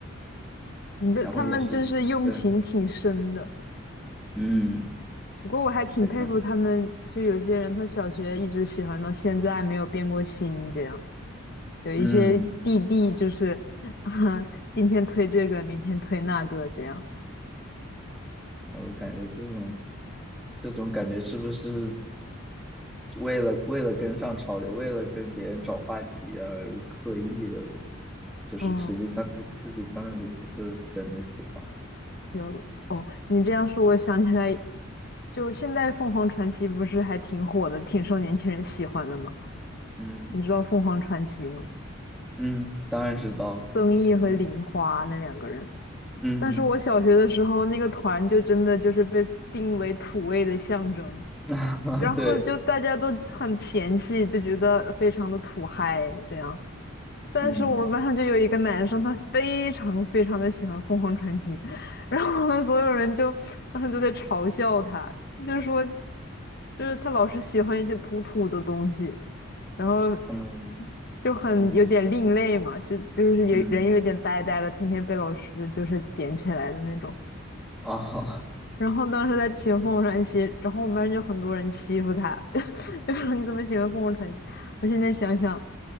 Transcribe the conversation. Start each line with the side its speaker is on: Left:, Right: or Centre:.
Left: 你这他们真是用情挺深的。
Centre: 然后也是对，嗯，
Left: 不过我还挺佩服他们，
Centre: 非常，
Left: 就有些人他小学一直喜欢到现在没有变过心，这样有一些弟弟就是啊，
Centre: 嗯，
Left: <laughs> 今天推这个，明天推那个，这样。
Centre: 我感觉这种这种感觉是不是？为了为了跟上潮流，为了跟别人找话题而刻意的，就是实际上自自己根本就不是真的喜欢。
Left: 嗯，有哦，你这样说，我想起来，就现在凤凰传奇不是还挺火的，挺受年轻人喜欢的吗？
Centre: 嗯
Left: 你知道凤凰传奇吗？
Centre: 嗯，当然知道。
Left: 曾毅和玲花那两个人。
Centre: 嗯嗯，
Left: 但是我小学的时候，那个团就真的就是被定为土味的象征，
Centre: <laughs> 啊对，
Left: 然后就大家都很嫌弃，就觉得非常的土嗨这样。但是我们班上就有一个男生，
Centre: 嗯，
Left: 他非常非常的喜欢凤凰传奇，然后我们所有人就当时都在嘲笑他，就是说，就是他老是喜欢一些土土的东西，然后
Centre: 他们，
Left: 就很有点另类嘛，
Centre: 嗯
Left: 就就是有人有点呆呆的，
Centre: 嗯，
Left: 天天被老师就是点起来的那种。
Centre: 哦，
Left: 然后当时在骑凤凰传奇，然后我们班就很多人欺负他，<laughs> 就说你怎么喜欢凤凰传奇？我现在想想，